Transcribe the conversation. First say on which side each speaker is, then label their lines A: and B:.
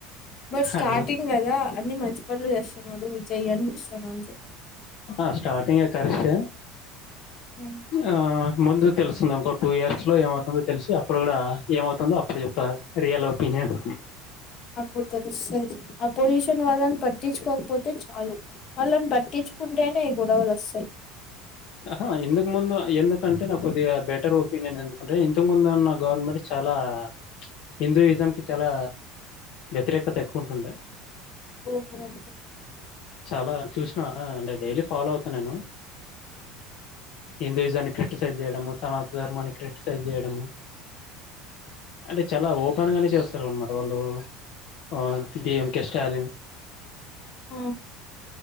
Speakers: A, on the left; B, on the left.
A: బట్ స్టార్టింగ్
B: అట్లా
A: కదా అన్ని మంచి పనులు చేస్తున్నాడు విజయ అనిపిస్తాను అంతే
B: ఆ స్టార్టింగే కరెక్టే
A: ఉ
B: ఆ ముందు తెలుస్తుంది ఇంకో టూ ఇయర్స్ లో ఏమవుతుందో తెలిసి అప్పుడు కూడా ఏమవుతుందో అప్పుడు చెప్త రియల్ ఒపీనియన్
A: అప్పుడు తెలుస్తది అపోజిషన్ వాళ్ళని పట్టించుకోకపోతే చాలు వాళ్ళని పట్టించుకుంటేనే గొడవలు వస్తాయి
B: హా ఇందుకు ముందు ఎందుకంటే నాకు కొద్దిగా బెటర్ ఒపీనియన్ ఎందుకంటే ఇంతకు ముందు ఉన్న గవర్నమెంట్ చాలా హిందూయిజం కి చాలా వ్యతిరేకత ఎక్కువ ఉంటుండే
A: ఓహ
B: చాలా చూసిన అంటే డైలీ ఫాలో అవుతా నేను హిందూయిజాన్ని క్రిటిసైజ్ చేయడము సనాతన ధర్మాన్ని క్రిటిసైజ్ చేయడము అంటే చాలా ఓపెన్ గానే చేస్తారు అనమాట వాళ్ళు ఆ డి ఎంకె స్టాలిన్
A: ఓ